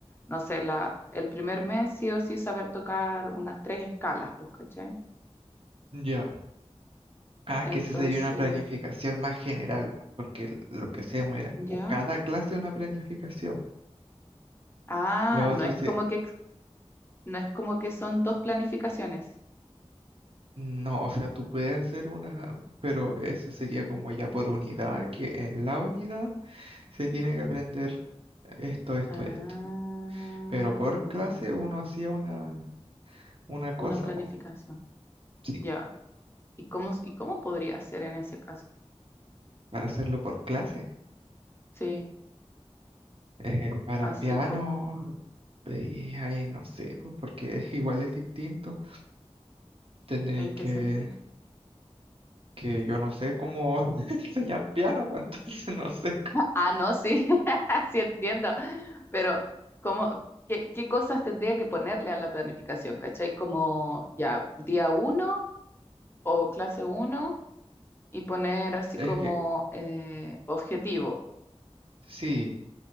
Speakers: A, on the left; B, on the right.
A: no sé, la, el primer mes sí o sí saber tocar unas tres escalas, pues, ¿cachai?
B: ya. Ah,
A: Entonces,
B: que esa sería una planificación más general, porque lo que hacíamos era como
A: ¿ya?
B: cada clase una planificación.
A: Ah,
B: Lo otro
A: no es
B: se...
A: como que, ex- no es como que son dos planificaciones.
B: No, o sea, tú puedes hacer una, pero eso sería como ya por unidad, que en la unidad se tiene que aprender esto, esto,
A: Ah,
B: esto. Pero por clase uno hacía una, una cosa,
A: una planificación.
B: po. Sí,
A: Ya. ¿Y cómo, y cómo podría ser en ese caso?
B: para hacerlo por clase.
A: Sí,
B: Eh, para
A: así
B: piano,
A: como,
B: y ahí no sé, pues porque <laughs> igual es distinto. Tendréis
A: ¿en qué
B: que,
A: sentido?
B: que yo no sé cómo <laughs> enseñar piano, pues entonces no sé. c-
A: Ah, no, sí, <laughs> sí entiendo. Pero, ¿cómo, qué, qué cosas tendría que ponerle a la planificación? ¿Cachai? Como ya, día uno o clase uno y poner así
B: Es
A: como
B: que
A: eh, objetivo.
B: sí,